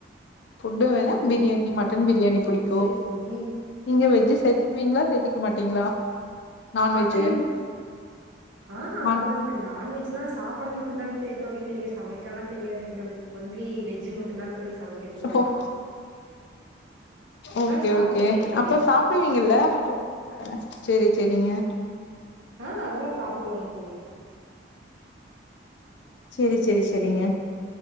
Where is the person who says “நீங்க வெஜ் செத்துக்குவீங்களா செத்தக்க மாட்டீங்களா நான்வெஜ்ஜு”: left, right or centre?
Left